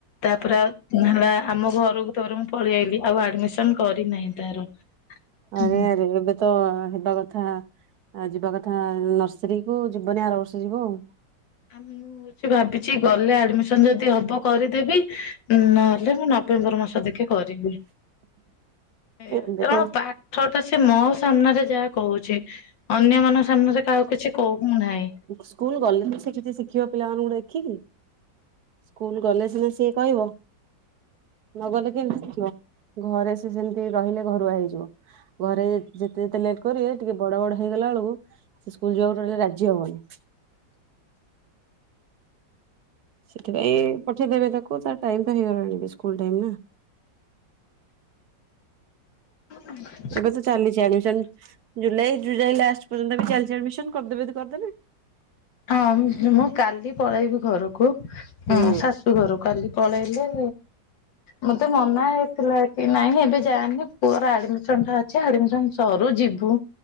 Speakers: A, on the left; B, on the right.
A: ତାପରେ ଆଉ ହେଲା ଆମ ଘରକୁ <unintelligible> ପଳେଇ ଆଇଲି ଆଉ ଆଡମିସନ କରିନାହିଁ ତାର। ହୁଁ
B: ଆରେ ଆରେ ଏବେ ତ ହେବା କଥା ଯିବା କଥା ନର୍ସରୀକୁ, ଯିବନି ଆର ବର୍ଷ ଯିବ ଆଉ।
A: ଆମ୍ ମୁଁ କିଛି ଭାବିଛି ଗଲେ ଆଡମିସନ ଯଦି ହବ କରିଦେବି। ନହେଲେ ମୁଁ ନଭେମ୍ବର ମାସ ଦେଖି କରିବି ଏଇଆ
B: ଏବେ
A: ତାଙ୍କ
B: କଣ
A: ପାଠ୍ ଠଟା ସେ ମୋ ସାମ୍ନାରେ ଯାହା କହୁଛି ଅନ୍ୟ ମାନ ସାମ୍ନାରେ କାହା କିଛି କହୁ ନାହିଁ।
B: ସ୍କୁଲ ଗଲେ ହିଁ ସେ କିଛି ଶିଖିବ ପିଲାମାନଙ୍କୁ ଦେଖିକି। ସ୍କୁଲ ଗଲେ ସିନା ସିଏ କହିବ। ନ ଗଲେ କେମିତି ଶିଖିବ, ଘରେ ସେ ସେମିତି ରହିଲେ ଘରୁଆ ହେଇଯିବ। ଘରେ ଯେତେ-ଯେତେ ଲେଟ୍ କରିବେ ଟିକେ ବଡ-ବଡ ହେଇଗଲା ବେଳକୁ ସେ ସ୍କୁଲ ଯିବାକୁ ଟୋଟାଲି ରାଜି ହବନି। ସେଥିପାଇଁ-ଇ ପଠେଇଦେବେ ତାକୁ ତା ଟାଇମ ତ ହେଇଗଲାଣି ସ୍କୁଲ ଟାଇମ ନା।
A: ହୁ
B: ଏବେ ତ ଚାଲିଛି ଆଡମିସନ, ଜୁଲାଇ ଜୁଲାଇ ଲାଷ୍ଟ ପର୍ଯ୍ୟନ୍ତ ବି ଚାଲିଛି ଆଡମିସନ କରିଦେବେ ଯଦି କରିଦେବେ।
A: ହଁ, ମୁଁ କାଲି ପଳାଇବି ହଁ ଘରକୁ
B: ହୁଁ
A: ଶାଶୁ ଘରକୁ <unintelligible> କାଲି ପଳେଇଲେ ମତେ ମନା ହେଇଥିଲା କି ନାଇଁ ଏବେ ଯାଆନି ପୁଅର ଆଡମିସ ଅଛି ଆଡ଼ମିସନ ସରୁ ଯିବୁ